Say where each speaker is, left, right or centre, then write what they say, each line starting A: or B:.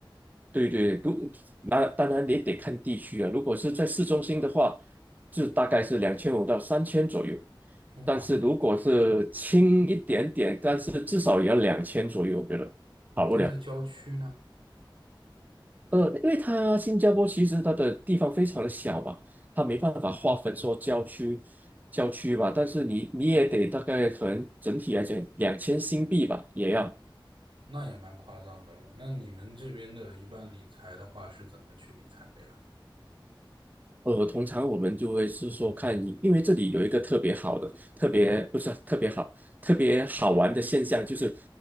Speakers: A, on the right; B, on the right.
A: 对对，如那当然也得看地区啊。如果是在市中心的话，就大概是两千五到三千左右，但是如果是轻一点点，
B: 哇，
A: 但是至少也要两千左右，我觉得。
B: 那在郊区呢，
A: 不了。呃，因为它新加坡其实它的地方非常的小吧，它没办法划分说郊区、郊区吧，但是你你也得大概可能整体来讲两千新币吧，也要。
B: 那也蛮夸张的了。那你们这边的一般理财的话是怎么去理财的呀？
A: 呃，通常我们就会是说看你，因为这里有一个特别好的、特别不是特别好、特别好玩的现象，就是